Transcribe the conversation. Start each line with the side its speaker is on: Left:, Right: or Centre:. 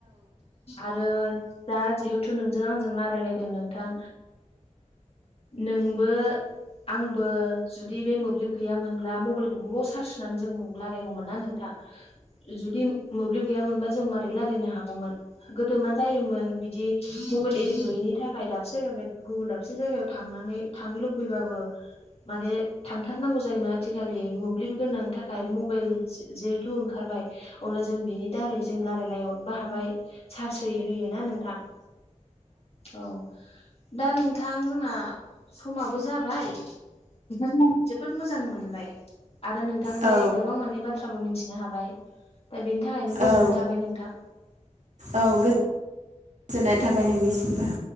Left: आरो जा जिहेथु नोंजों आंजों रायलायलायदों नोंथां नोंबो आंबो जुदि बे मोब्लिब गैयामोनब्ला मबाइलखौ बबाव सार्ज होनानै जों नु रायगौमोन ना नोंथां जुदि मोब्लिब गैयामोनबा जों माबोरै रायल्लायनो हागौमोन गोदो मा जायोमोन बिदि मबाइल एरि गैयैनि थाखाय दाबसे जायगायाव गुबुन दाबसे जायगायाव थांनानै थांनो लुबैबाबो माने थांथारनांगौ जायोमोन आथिखालि मोब्लिब गोनांनि थाखाय मबाइल जिहेथु ओंखारबाय अब्ला जों बिनि दारै जों रायलायहरनोबो हाबाय चार्स हैयै होयै ना नोंथां औ दा नोंथां जोंना समाबो जाबाय नोंथां जोबोद मोजां मोनबाय आरो नोंथां
Right: औ
Left: गोबां माने बा बाथ्राबो मिथिनो हाबाय दा बेनि थाखायनो गोजोननाय
Right: औ
Left: थाबाय नोंथां
Right: औ गोजोननाय थाबाय नोंनिसिमबो